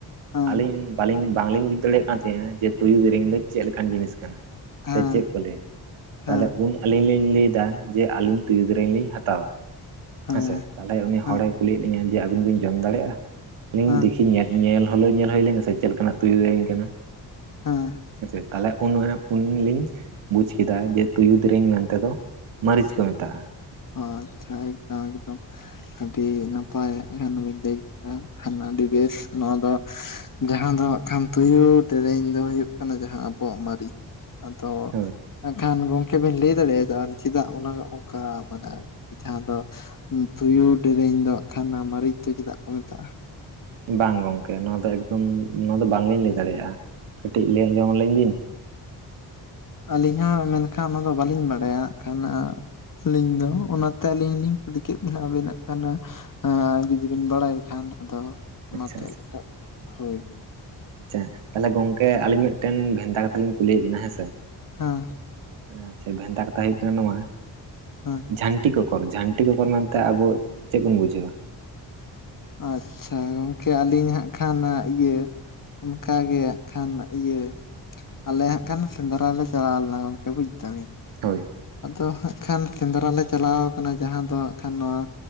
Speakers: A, on the left; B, on the right.
A: ᱦᱮᱸ
B: ᱟᱹᱞᱤᱧ ᱵᱟᱞᱤᱝ ᱵᱟᱝᱞᱤᱧ ᱵᱩᱡᱽ ᱫᱟᱲᱮᱭᱟᱜ ᱠᱟᱱ ᱛᱟᱦᱮᱸᱱᱟ ᱡᱮ ᱛᱩᱭᱩ ᱫᱮᱨᱮᱧ ᱫᱚ ᱪᱮᱫ ᱞᱮᱠᱟᱱ ᱡᱤᱱᱤᱥ ᱠᱟᱱᱟ!
A: ᱦᱮᱸ
B: ᱥᱮ ᱪᱮᱫ ᱠᱚ ᱞᱟᱹᱭᱟ ᱛᱟᱦᱚᱞᱮ
A: ᱦᱮᱸ
B: ᱩᱱ ᱟᱹᱞᱤᱧ ᱞᱤᱧ ᱞᱟᱹᱭ ᱮᱫᱟ ᱡᱮ ᱟᱹᱞᱤᱧ ᱛᱩᱭᱩ ᱫᱮᱨᱮᱧ ᱞᱤᱧ ᱦᱟᱛᱟᱣᱟ
A: ᱦᱮᱸ
B: ᱦᱮᱸᱥᱮ ᱛᱟᱦᱚᱞᱮ ᱩᱱᱤ
A: ᱦᱮᱸ
B: ᱦᱚᱲᱮ ᱠᱩᱞᱤᱭᱮᱫ ᱞᱤᱧᱟᱹ ᱡᱮ ᱟᱹᱵᱤᱱ ᱵᱤᱱ ᱡᱚᱢ ᱫᱟᱲᱮᱭᱟᱜᱼᱟ ᱾ ᱟᱹᱞᱤᱧ
A: ᱦᱮᱸ
B: ᱫᱮ ᱧᱮᱞ ᱧᱮᱞ ᱦᱚᱞᱚ ᱧᱮᱞ ᱦᱩᱭ ᱞᱮᱱ ᱜᱮ ᱥᱮ ᱪᱮᱫ ᱞᱮᱠᱟᱱᱟᱜ ᱛᱩᱭᱩ ᱫᱮᱨᱮᱧ ᱠᱟᱱᱟ ᱾
A: ᱦᱮᱸ᱾
B: ᱦᱮᱸᱥᱮ ᱛᱟᱦᱚᱞᱮ ᱩᱱ ᱩᱱ ᱞᱤᱧ ᱵᱩᱡᱽ ᱠᱮᱫᱟ ᱡᱮ ᱛᱩᱭᱩ ᱫᱮᱨᱮᱧ ᱢᱮᱱᱛᱮ ᱫᱚ ᱢᱟᱹᱨᱤᱪ ᱠᱚ ᱢᱮᱛᱟᱜᱼᱟ ᱾
A: ᱦᱚᱸ ᱟᱪᱪᱷᱟ ᱮᱠᱫᱚᱢ ᱮᱠᱫᱚᱢ ᱾ ᱟᱹᱰᱤ ᱱᱟᱯᱟᱭ ᱠᱷᱟᱱ ᱵᱤᱱ ᱞᱟᱹᱭ ᱠᱮᱫᱟ ᱠᱷᱟᱱ ᱟᱹᱰᱤ ᱵᱮᱹᱥ ᱱᱚᱣᱟ ᱫᱚ ᱾ ᱡᱟᱦᱟᱸ ᱫᱚ ᱦᱟᱸᱜ ᱠᱷᱟᱱ ᱛᱩᱭᱩ ᱫᱮᱨᱮᱧ ᱫᱚ ᱦᱩᱭᱩᱜ ᱠᱟᱱᱟ ᱡᱟᱦᱟᱸ ᱟᱵᱚᱣᱟᱜ ᱢᱟᱹᱨᱤᱪ ᱾ ᱟᱫᱚ
B: ᱦᱳᱭ
A: ᱮᱠᱷᱟᱱ ᱜᱚᱝᱠᱮ ᱵᱮᱱ ᱞᱟᱹᱭ ᱫᱟᱲᱮᱭᱟᱜᱼᱟ ᱪᱮᱫᱟᱜ ᱚᱱᱟ ᱚᱱᱠᱟ? ᱢᱟᱱᱮ ᱡᱟᱦᱟᱸ ᱫᱚ ᱛᱩᱭᱩ ᱰᱮᱨᱮᱧ ᱫᱚ ᱠᱷᱟᱱ ᱢᱟᱹᱨᱤᱪ ᱫᱚ ᱪᱮᱫᱟᱜ ᱠᱚ ᱢᱮᱛᱟᱜᱼᱟ?
B: ᱵᱟᱝ ᱜᱚᱝᱠᱮ ᱱᱚᱣᱟ ᱫᱚ ᱮᱠᱫᱚᱢ ᱱᱚᱣᱟ ᱫᱚ ᱵᱟᱝᱞᱤᱧ ᱞᱟᱹᱭ ᱫᱟᱲᱮᱭᱟᱜᱼᱟ ᱾ ᱠᱟᱹᱴᱤᱡ ᱞᱟᱹᱭ ᱟᱸᱡᱚᱢ ᱟᱹᱞᱤᱧ ᱵᱤᱱ ᱾
A: ᱟᱹᱞᱤᱧ ᱦᱚᱸ ᱢᱮᱱᱠᱷᱟᱱ ᱚᱱᱟᱫᱚ ᱵᱟᱹᱞᱤᱧ ᱵᱟᱲᱟᱭᱟ ᱠᱷᱟᱱ᱾ ᱟᱹᱞᱤᱧ ᱫᱚ ᱚᱱᱟᱛᱮ ᱟᱹᱞᱤᱧ ᱞᱤᱧ ᱠᱩᱞᱤ ᱠᱮᱫ ᱵᱤᱱᱟ ᱟᱵᱤᱱᱟᱜ ᱠᱟᱱᱟ ᱟᱸᱻ ᱡᱩᱫᱤ ᱵᱤᱱ ᱵᱟᱲᱟᱭ ᱠᱷᱟᱱ ᱟᱫᱚ ᱚᱱᱟᱛᱮ
B: ᱟᱪᱪᱷᱟ ᱟᱪᱪᱷᱟ
A: <unintelligible> ᱦᱳᱭ ᱾
B: ᱟᱪᱪᱷᱟ ᱛᱟᱦᱚᱞᱮ ᱜᱚᱝᱠᱮ ᱟᱹᱞᱤᱧ ᱢᱤᱫᱴᱮᱱ ᱵᱷᱮᱱᱛᱟ ᱠᱟᱛᱷᱟ ᱞᱤᱧ ᱠᱩᱞᱤᱭᱮᱫ ᱵᱤᱱᱟ ᱦᱮᱸ ᱥᱮ?
A: ᱦᱮᱸ
B: ᱟᱪᱪᱷᱟ ᱵᱷᱮᱱᱛᱟ ᱠᱟᱛᱷᱟ ᱦᱩᱭᱩᱜ ᱠᱟᱱᱟ ᱱᱚᱣᱟ,
A: ᱦᱮᱸ
B: ᱡᱷᱟᱱᱴᱤ ᱠᱚᱠᱚᱨ, ᱡᱷᱟᱱᱴᱤ ᱠᱚᱠᱚᱨ ᱢᱮᱱᱛᱮ ᱟᱵᱚ ᱪᱮᱫ ᱵᱚᱱ ᱵᱩᱡᱷᱟᱹᱣᱟ?
A: ᱟᱪᱪᱷᱟ, ᱜᱚᱝᱠᱮ ᱟᱹᱞᱤᱧ ᱦᱟᱸᱜ ᱠᱷᱟᱱ ᱤᱭᱟᱹ ᱚᱱᱠᱟ ᱜᱮ ᱟᱜ ᱠᱷᱟᱱ ᱤᱭᱟᱹ, ᱟᱞᱮ ᱦᱟᱸᱜ ᱠᱷᱟᱱ ᱥᱮᱸᱫᱽᱨᱟ ᱞᱮ ᱪᱟᱞᱟᱣ ᱞᱮᱱᱟ ᱜᱚᱝᱠᱮ ᱵᱩᱡᱽ ᱫᱟᱵᱤᱱ᱾
B: ᱦᱳᱭ
A: ᱟᱫᱚ ᱦᱟᱸᱜ ᱠᱷᱟᱱ ᱥᱮᱸᱫᱽᱨᱟ ᱞᱮ ᱪᱟᱞᱟᱣ ᱠᱟᱱᱟ ᱡᱟᱦᱟᱸ ᱫᱚ ᱦᱟᱸᱜ ᱠᱷᱟᱱ ᱱᱚᱣᱟ